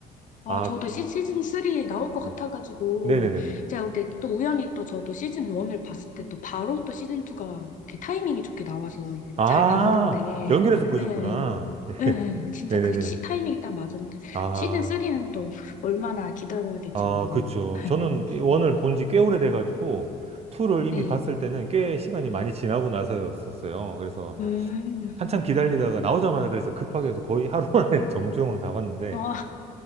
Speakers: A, on the left; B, on the right.
A: 아,
B: 아,
A: 저도 시, 시즌 3 나올 것 같아가지고,
B: 네. 네네네네.
A: 제가 근데 또 우연히 또 저도 시즌 1을 봤을 때 또 바로 또 시즌 2가 타이밍이 좋게 나와서 이제
B: 아,
A: 잘 봤는데,
B: 연결해서 보셨구나.
A: 예,
B: <laughs> 예.
A: 예, 진짜
B: 네네네.
A: 그 시, 타이밍이 딱 맞았는데,
B: 아,
A: 시즌 3는 또 얼마나 기다려야 될지
B: 아,
A: 모르겠네요.
B: 그쵸.
A: <laughs>
B: 저는 이 원을
A: 네,
B: 본지 꽤 오래돼가지고, 투를 이미
A: 네.
B: 봤을 때는 꽤 시간이 많이 지나고 나서였었어요. 그래서
A: 음,
B: 한참 기다리다가 나오자마자 그래서 급하게 해서 거의 하루 만에 <laughs> 정주행으로 다 봤는데,
A: 아,